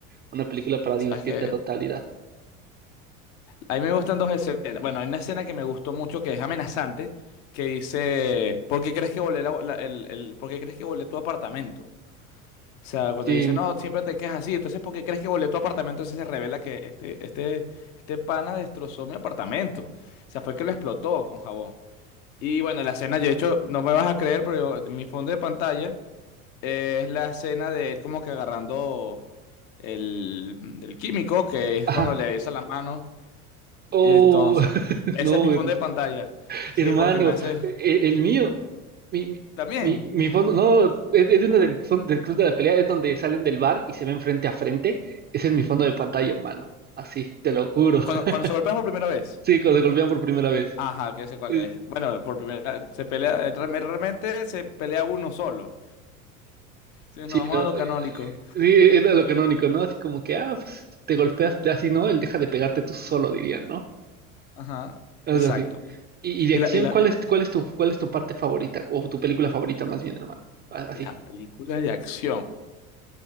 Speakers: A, on the right (about 25°); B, on the left (about 60°).
A: una película para divertirte
B: ¿Sabes qué?
A: a totalidad.
B: A mí me gustan dos escenas. Bueno, hay una escena que me gustó mucho que es amenazante, que dice, ¿por qué crees que volé la- la- el, el- ¿por qué crees que volé tu apartamento? O sea, cuando
A: Sí,
B: dice, no, siempre te quejas así, entonces, ¿por qué crees que volé tu apartamento? Entonces se revela que este, este, este pana destrozó mi apartamento. O sea, fue que lo explotó con jabón. Y bueno, la escena, yo de hecho, no me vas a creer, pero yo- mi fondo de pantalla eh, es la escena de él como que agarrando el, el químico, que es
A: ajá.
B: cuando le besa la mano.
A: Oh,
B: Y entonces,
A: <laughs>
B: ese
A: no,
B: es mi
A: her-
B: fondo de pantalla. Sí,
A: hermano,
B: porque me hace.
A: e- el, mío, mi, mi,
B: También,
A: mi- mi fondo, no, es, es de uno del, fon- del Club de la Pelea, es donde salen del bar y se ven frente a frente. Ese es mi fondo de pantalla, hermano. Así, te lo juro. <laughs>
B: cuando, cuando se golpean por primera vez.
A: Sí, cuando se golpean por primera vez.
B: Ajá, que sé cuál
A: Eh,
B: es. Bueno, por primera se pelea, eh, re- realmente se pelea uno solo. Si nos
A: Sí,
B: vamos
A: no,
B: a lo
A: eh,
B: canónico.
A: sí, e-, es lo, lo canónico, ¿no? Así como que, ah, pues te golpeas, así no, él deja de pegarte tú solo, diría, ¿no?
B: Ajá,
A: Algo
B: exacto.
A: así. Y, y de
B: Y
A: acción,
B: la, y la,
A: ¿cuál es, cuál es tu, cuál es tu parte favorita? O tu película favorita, más bien, hermano. A- Así.
B: la película de acción.